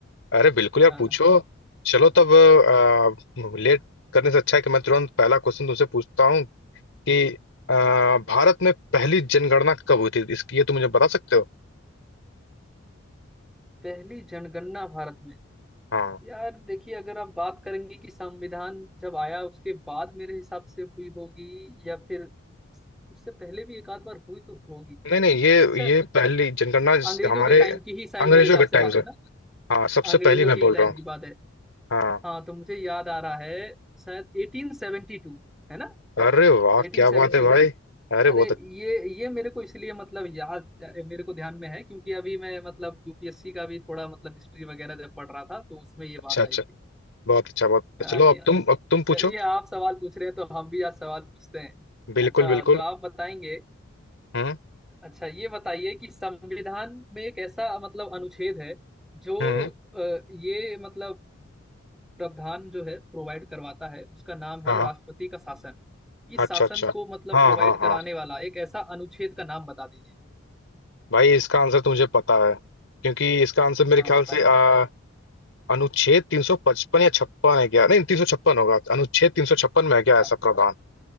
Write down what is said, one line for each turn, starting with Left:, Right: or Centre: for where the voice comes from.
Left: अरे बिल्कुल यार
Centre: हाँ
Left: पूछो चलो तब आ, लेट करने से अच्छा है कि मैं तुरंत पहला क्वेश्चन तुमसे पूछता हूँ कि आ, भारत में पहली जनगणना कब हुई थी इसकी ये तुम मुझे बता सकते हो
Centre: पहली जनगणना भारत में
Left: हाँ।
Centre: यार देखिए अगर आप बात करेंगे कि संविधान जब आया उसके बाद मेरे हिसाब से हुई होगी या फिर उससे पहले भी एक आध बार हुई तो होगी
Left: नहीं नहीं ये
Centre: अच्छा
Left: ये पहली जनगणना जिस-
Centre: अंग्रेजों
Left: हमारे
Centre: के टाइम की ही शायद
Left: अंग्रेजों
Centre: मेरे हिसाब
Left: के
Centre: से
Left: टाइम
Centre: बात
Left: से
Centre: है ना
Left: हाँ सबसे
Centre: अंग्रेजों
Left: पहली मैं
Centre: की
Left: बोल
Centre: टाइम
Left: रहा हूँ
Centre: की बात है
Left: हाँ
Centre: हाँ तो मुझे याद आ रहा है शायद 1872 है ना
Left: अरे वाह
Centre: 1872
Left: क्या बात है भाई अरे बहुत
Centre: अरे ये ये मेरे को इसलिए मतलब याद मेरे को ध्यान में है क्योंकि अभी मैं मतलब यूपीएससी का भी थोड़ा मतलब हिस्ट्री वगैरह जब पढ़ रहा था तो उसमें ये
Left: अच्छा
Centre: बात
Left: अच्छा
Centre: आई थी
Left: बहुत अच्छा बहुत अच्छा
Centre: हाँ
Left: चलो
Centre: जी
Left: अब
Centre: हाँ
Left: तुम
Centre: जी।
Left: अब तुम
Centre: चलिए
Left: पूछो
Centre: आप सवाल पूछ रहे हैं तो हम भी आज सवाल पूछते हैं
Left: बिल्कुल
Centre: अच्छा
Left: बिल्कुल
Centre: तो आप बताएंगे
Left: हम्म
Centre: अच्छा ये बताइए कि संविधान में एक ऐसा मतलब अनुच्छेद है जो
Left: हम्म
Centre: अ, ये मतलब प्रावधान जो है प्रोवाइड करवाता है उसका नाम
Left: हाँ
Centre: है
Left: हाँ,
Centre: राष्ट्रपति का शासन इस
Left: अच्छा
Centre: शासन
Left: अच्छा
Centre: को मतलब
Left: हाँ
Centre: प्रोवाइड
Left: हाँ हाँ
Centre: कराने वाला एक ऐसा अनुच्छेद का नाम बता दीजिए
Left: भाई इसका आंसर तो मुझे पता है क्योंकि इसका आंसर मेरे
Centre: हाँ
Left: ख्याल
Centre: बताइए
Left: से आ, अनुच्छेद 355 या छप्पन है क्या नहीं 356 होगा अनुच्छेद 356 में है क्या
Centre: अ-
Left: ऐसा प्रावधान